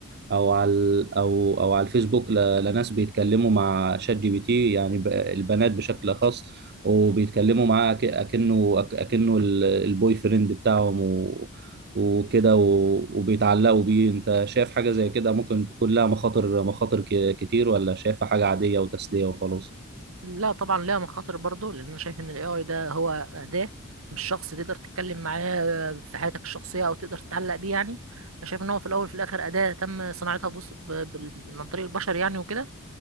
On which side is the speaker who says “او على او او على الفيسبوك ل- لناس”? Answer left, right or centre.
Right